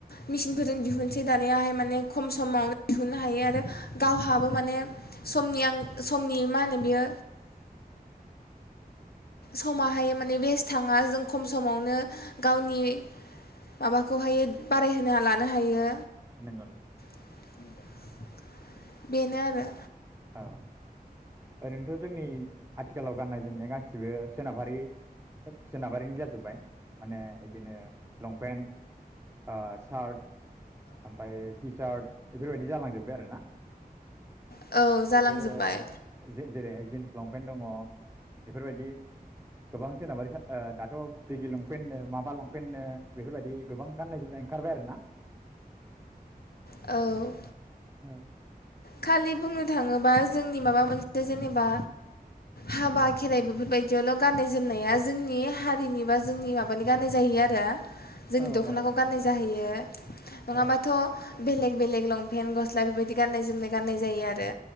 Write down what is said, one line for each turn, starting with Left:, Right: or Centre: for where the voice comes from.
Left: मेसिनफोरजों दिहुनसै दानिहाय माने खम समावनो दिहुननो हायो आरो गावहाबो माने समनि आं समनि मा होनो बियो समाहाय माने बेस्ट थाङा जों खम समावनो गावनि माबाखौहाय बाराय होना लानो हायो।
Right: नोंगौ नोंथां।
Left: <inaudible> बेनो आरो
Right: औ आरैनोथ' जोंनि आथिखालाव गाननाय जोमनाया गासिबो सोनाबारि सोनाबारिनि जाजोब्बाय माने बिदिनो लंपेन्ट ओ सार्ट ओमफ्राय टि सार्ट बेफोरबायदि जालांजोब्बाय आरो ना
Left: औ औ जालांजोब्बाय
Right: बेफोरो जेरैहाय जिन्स लंपेन्ट दङ बेफोर बायदि गोबां सोनाबारि दा ओ दाथ' भिगि लं लंपेन्टनो माबा लंपेन्टनो बेफोर बायदि गोबां गाननाय जोमनाय ओंखारबाय आरो ना
Left: औ
Right: औ
Left: खालि बुंनो थाङोबा जोंनि माबा मोनसे जेनेबा हाबा खेराइ बेफोरबायदियावल' गाननाय जोमनाया जोंनि हारिनि बा जोंनि माबानि गाननाय जायो आरो। जोंनि
Right: औ
Left: दख'नाखौ
Right: औ नंगौ
Left: गाननाय जाहैयो। नङाबाथ'
Right: औ
Left: बेलेग बेलेग लंपेन्ट गस्ला बेबायदि गाननाय जोमनाय गाननाय जायो आरो।